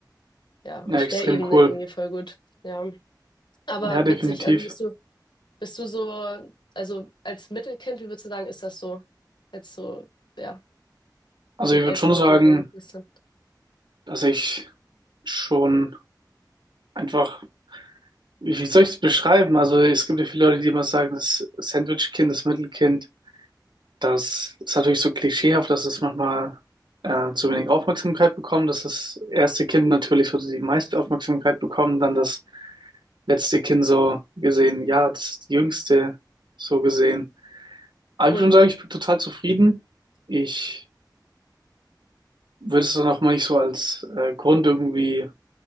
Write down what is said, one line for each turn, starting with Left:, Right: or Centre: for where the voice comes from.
Left: ja,
Right: ja,
Left: auf
Right: extrem
Left: der Ebene
Right: cool.
Left: irgendwie voll gut, ja. Aber
Right: Ja, definitiv.
Left: witzig, also bist du, bist du so, also als Mittelkind, wie würdest du sagen, ist das so, jetzt so, ja,
Right: Also
Left: mit
Right: ich würde
Left: älteren
Right: schon sagen,
Left: und jüngeren Geschwistern?
Right: dass ich schon einfach, wie wie soll ich es beschreiben? Also es gibt ja viele Leute, die immer sagen, das Sandwich-Kind, das Mittelkind. Das ist natürlich so klischeehaft, dass es manchmal äh, zu wenig Aufmerksamkeit bekommt, dass das erste Kind natürlich so die meiste Aufmerksamkeit bekommt, dann das letzte Kind so gesehen, ja, das ist die jüngste so gesehen. Aber ich
Left: Mm,
Right: würde schon sagen, ich bin total zufrieden. Ich würde es dann auch mal nicht so als äh, Grund irgendwie